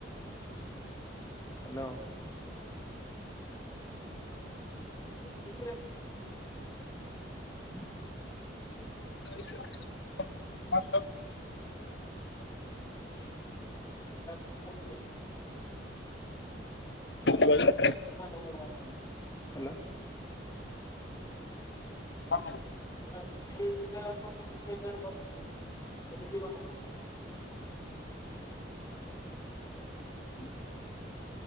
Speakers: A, on the left; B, on the left.
A: ହ୍ୟାଲୋ। <unintelligible> ହଁ <inaudible>
B: <inaudible> ମାତରଂ।
A: <unintelligible>
B: ଶୁଗା ଯାଉନି?
A: <unintelligible> ହ୍ୟାଲୋ।
B: ହଁ।
A: <unintelligible> ଉଁ